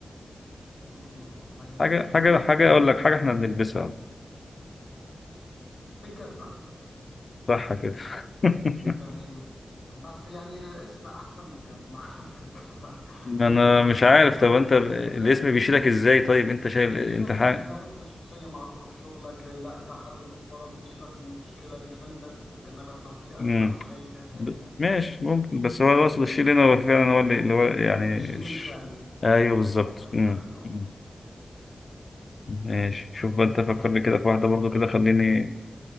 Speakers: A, on the left; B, on the left.
A: أمم، حاجه بتشيلني
B: حاجة حاجة حاجة أقول لك حاجة إحنا بنلبسها
A: الجزمه
B: صح كده <laughs>
A: تمام بس يعني الاسم احسن من الجزمه <laughs> على فكره
B: ما
A: يعني
B: أنا
A: لو هناخدها
B: مش عارف
A: بالمنطق
B: طب أنت ب-
A: انا بتهيألي
B: الاسم بيشيلك إزاي طيب أنت شايل
A: يشيلك
B: أنت حاجة
A: لانك لو انت شخصيه معروفه في شغلك لا انت حد محترم بيشيلك من مشكله بيخلي الناس تتجنبك لو في
B: مم.
A: ازمه او حاجه كده
B: ب-
A: يعني
B: ماشي ممكن بس هو الأصل الشيل هنا هو فعلا هو اللي اللي هو يعني
A: الشيل الفعلي
B: ش... أيوه
A: اه
B: بالظبط
A: الرفع الفعلي
B: مم.
A: اه
B: مم. ماشي شوف بقى أنت فكر لي كده في واحدة برضو كده خليني